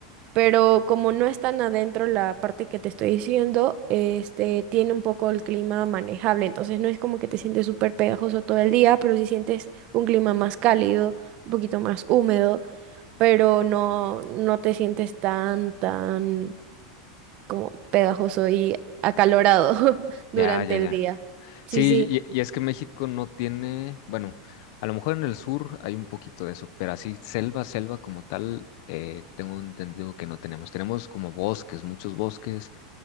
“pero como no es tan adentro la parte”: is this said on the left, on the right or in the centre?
Right